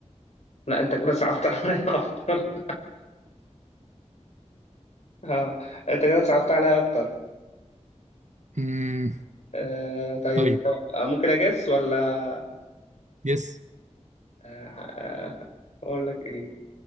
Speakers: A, on the left; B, on the right.
A: لا أنت كده صعبت <laughs> عليا أكتر آه أنت كده صعبت عليا أكتر
B: مم.
A: آه طيب
B: طيب
A: آه، ممكن أجس ولا
B: يس
A: آه آه، أقول لك إيه